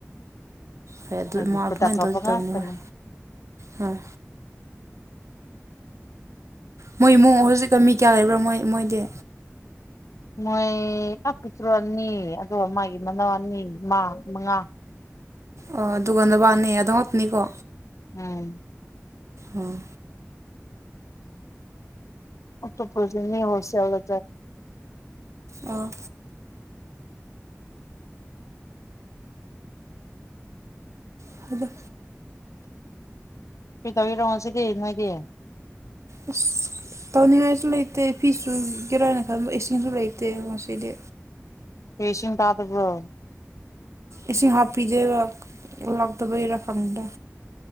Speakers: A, on the right; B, on the left.
A: ꯍꯣꯏ ꯑꯗꯨ
B: ꯑꯩꯒꯤ
A: ꯃꯥ
B: ꯈꯨꯠꯇ
A: ꯑꯗꯨꯃꯥꯏꯅ
B: ꯊꯣꯛꯄ
A: ꯇꯧꯗꯤ
B: ꯉꯥꯛꯇꯅꯤ
A: ꯇꯧꯅꯤ ꯍꯣꯏ ꯍꯣꯏ ꯃꯣꯏ ꯏꯃꯨꯡ ꯍꯧꯖꯤꯛꯀ ꯃꯤ ꯀꯌꯥ ꯂꯩꯕ꯭ꯔꯥ ꯃꯣꯏ ꯃꯣꯏꯗꯤ
B: ꯃꯣꯏ ꯑ ꯄꯇ꯭ꯔꯨ ꯑꯅꯤ ꯑꯗꯨꯒ ꯃꯥꯒꯤ ꯃꯅꯥꯎ ꯑꯅꯤ ꯃ ꯃꯉꯥ
A: ꯑꯣ ꯑꯗꯨꯒꯗꯕꯥꯅꯦ ꯑꯗꯨꯝꯉꯛꯄꯅꯤꯀꯣ
B: ꯎꯝ
A: ꯎꯝ
B: ꯇ ꯄꯨꯅꯤ ꯍꯣꯜꯁꯦꯜꯔ
A: ꯑ ꯑꯗꯨ
B: ꯀꯩꯗꯧꯤꯔꯣ ꯁꯤꯗꯤ ꯅꯣꯏꯗꯤ
A: ꯑꯁ ꯇꯧꯅꯤꯡꯉꯥꯏꯁꯨ ꯂꯩꯇꯦ ꯐꯤꯁꯨ ꯀꯔꯥꯏꯅ ꯈꯟꯕ ꯑꯦꯁꯤꯡꯁꯨ ꯂꯩꯇꯦ ꯉꯁꯤꯗꯤ
B: ꯑꯦ ꯏꯁꯤꯡ ꯇꯥꯗꯕ꯭ꯔꯣ
A: ꯏꯁꯤꯡ ꯍꯥꯞꯄꯤꯖꯩꯕ ꯂꯥꯛꯇꯕꯩꯔ ꯈꯪꯗꯦ